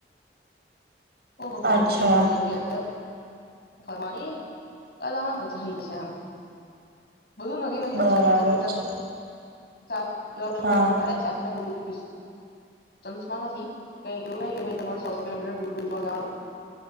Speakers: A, on the left; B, on the right.
A: ઓહ હો
B: અચ્છા
A: હો બધી બહુ જગ્યા ક્યાં ફરવાની એ તામાં મજા આઈ જશે આમ. બધું નદી નદી જ
B: બરાબર
A: છે ત્રણ ચાર અંતર
B: છે
A: ચાલ. એવા
B: હા
A: <inaudible> સંસમાં નથી કઈ એવું નહી કે ભાઈ તમારા સોસો કિલોમીટર દૂર દૂર જોવા જવાનું,